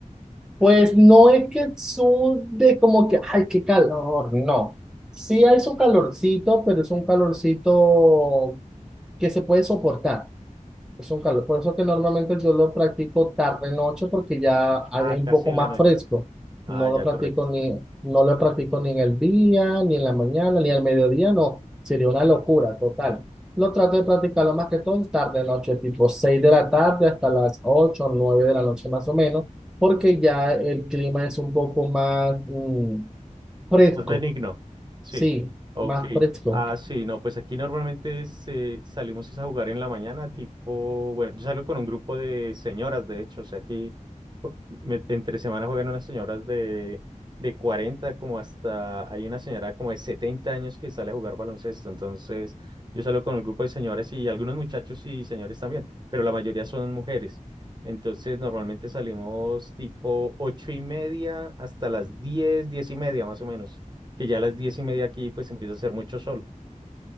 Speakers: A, in the centre; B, on the right (about 35°).
A: Pues no es que sude como que, ay, qué calor, no. Sí hay su calorcito, pero es un calorcito que se puede soportar. Es un calor, por eso que normalmente yo lo practico tarde noche porque ya
B: Ah,
A: es un
B: casi
A: poco
B: en
A: más
B: la noche.
A: fresco.
B: Ah,
A: No lo
B: ya,
A: practico
B: correcto.
A: ni, no lo practico ni en el día, ni en la mañana, ni al mediodía, no. Sería una locura total. Lo trato de practicarlo más que todo tarde noche, tipo 6 de la tarde hasta las 8 o 9 de la noche más o menos, porque ya el clima es un poco más mm, fresco,
B: Más benigno, sí.
A: sí,
B: Ok.
A: más fresco.
B: Ah, sí, no, pues aquí normalmente se- salimos es a jugar en la mañana, tipo, bueno, yo salgo con un grupo de señoras, de hecho, o sea, aquí pu- me- entre semana juegan unas señoras de, de 40 como hasta, hay una señora como de 70 años que sale a jugar baloncesto, entonces yo salgo con un grupo de señoras y algunos muchachos y señores también, pero la mayoría son mujeres. Entonces normalmente salimos tipo ocho y media hasta las diez, diez y media más o menos que ya a las diez y media aquí pues empieza a hacer mucho sol.